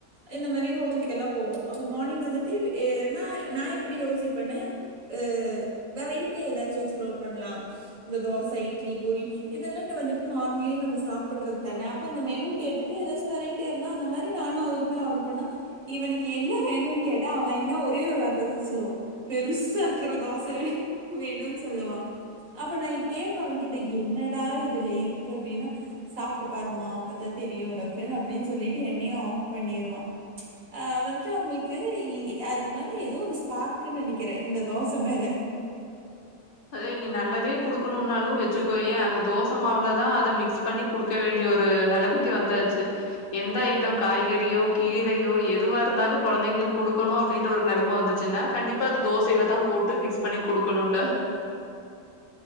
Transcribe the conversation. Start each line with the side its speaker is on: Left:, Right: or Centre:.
Right: இந்த மாரி ஹோட்டல்க்கு எல்லா போவோ அப்ப மார்னிங் வந்துட்டு ஏன்னா நா எப்டி யோசிப்பென்னு எ வெரைட்டியா ஏதாச்சு எக்ஸ்ப்ளோர் பண்லா இந்த தோச இட்லி பூரி இதெல்லாடா வந்துட் நார்மலி நம்ம சாப்புட்றது தான அப்ப அந்த மெனு கேட்டுட்டு எதாச்சு வெரைடியா இருந்தா அந்த மாரி நானு அவருமே ஆடர் பண்ணா இவனுக்கு என்ன வேணும்னு கேட்டா அவே என்ன ஒரே ஒரு வார்த்தத்த சொல்லுவா பெருசா இருக்குற தோச வேணுன் சொல்லுவா அப்ப நா கேப்பே அவ கிட்ட என்னடா இதுல இருக்கு அப்டினா சாப் ட்டு பாருமா அப்பத்தா தெரியு உனக்கு அப்டின் சொல்லிட்டு என்னையு ஆஃப் பண்ணிருவா அ வந்துட்டு அவுங்கள்க்கு இ அது மேல எதோ ஒரு ஸ்பார்க்கு நெனக்கிறே இந்த தோச மேல
Left: அதே நீ நல்லதே குடுக்கணூனாலு வெச்சுக்கோயே அந்த தோச மாவுலதா அத மிக்ஸ் பண்ணி குடுக்க வேண்டிய ஒரு நெலமைக்கி வந்தாச்சு எந்த ஐட்டம் காய்கறியோ கீரையோ எதுவா இருந்தாலு கொழந்தைங்களுக் குடுக்கணு அப்டின்ற ஒரு நெலம வந்துச்சுனா கண்டிப்பா அது தோசைலதா போட்டு மிக்ஸ் பண்ணி குடுக்கணுட